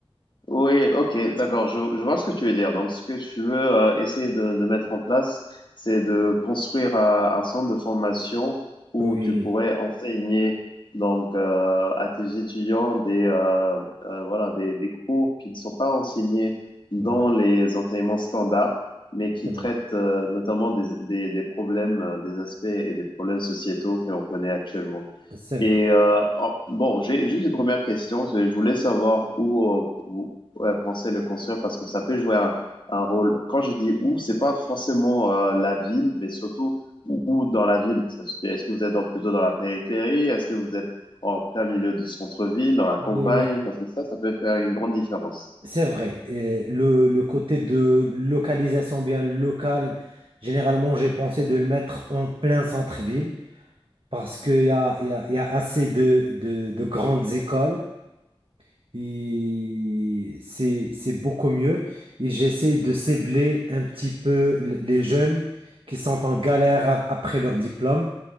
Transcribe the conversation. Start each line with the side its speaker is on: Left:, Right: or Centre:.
Left: Oui, ok, d'accord. Je, je vois ce que tu veux dire. Donc, ce que tu veux euh, essayer de, de mettre en place, c'est de construire euh, un centre de formation où
Right: Oui,
Left: tu pourrais enseigner donc euh, à tes étudiants des euh, euh, voilà des, des cours qui ne sont pas enseignés dans
Right: ouais,
Left: les enseignements standards, mais qui
Right: c'est vrai,
Left: traitent euh, notamment des, des, des problèmes, euh, des aspects et des problèmes sociétaux que l'on connaît actuellement.
Right: c'est
Left: Et
Right: vrai.
Left: euh, en- bon, j'ai juste une première question. c'est- Je voulais savoir où euh, vous ouais, pensez le construire parce que ça peut jouer un, un rôle. Quand je dis où, c'est pas forcément euh, la ville, mais surtout où, où dans la ville. Ça se fait- Est-ce que vous êtes dans- plutôt dans la périphérie? Est-ce que vous êtes en plein milieu du centre-ville, dans la campagne?
Right: Oui, oui,
Left: Parce que ça, ça peut faire une grande différence.
Right: c'est vrai. Et le, le côté de localisation bien locale, généralement, j'ai pensé de le mettre en plein centre-ville parce qu'il y a, il y a- il y a assez de, de, de grandes écoles Et c'est, c'est beaucoup mieux. Et j'essaie de cibler un petit peu l- les jeunes qui sont en galère a- après leur diplôme